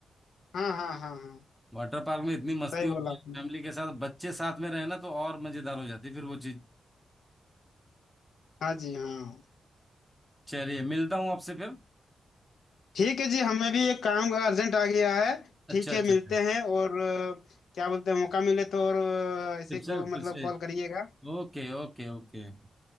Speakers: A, on the left; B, in the centre.
A: हाँ हाँ हाँ हाँ
B: वाटर पार्क में इतनी मस्ती
A: सही
B: होती
A: बोला आपने
B: है फैमिली के साथ बच्चे साथ में रहे ना तो और मजेदार हो जाती है फिर वो चीज
A: हाँ जी हाँ
B: चलिए मिलता हूँ आपसे फिर
A: ठीक है जी हमें भी एक काम का अर्जेंट आ गया है ठीक
B: अच्छा अच्छा
A: है मिलते
B: अच्छा
A: हैं और अ, क्या बोलते हैं मौका मिले तो और अ, ऐसे
B: फिर से
A: को
B: फिर
A: मतलब
B: से
A: कॉल करिएगा
B: ओके ओके ओके